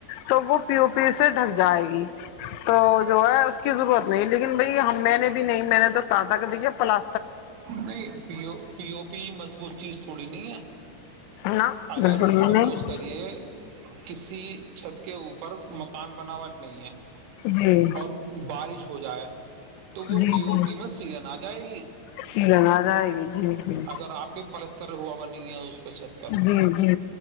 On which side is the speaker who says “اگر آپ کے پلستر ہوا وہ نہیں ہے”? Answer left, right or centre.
Right